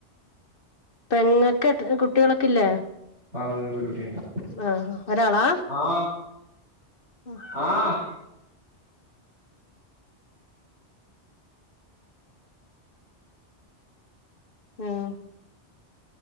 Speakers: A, on the left (about 50°); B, on the right (about 75°).
A: പെങ്ങക്ക് കുട്ടികളൊക്കെ ഇല്ലേ
B: ആ പെങ്ങക്ക് ഒരു കുട്ടിയുണ്ട്.
A: ആഹ് ഒരാളാ
B: ആഹ്
A: ആഹ്
B: ആഹ്
A: ഉം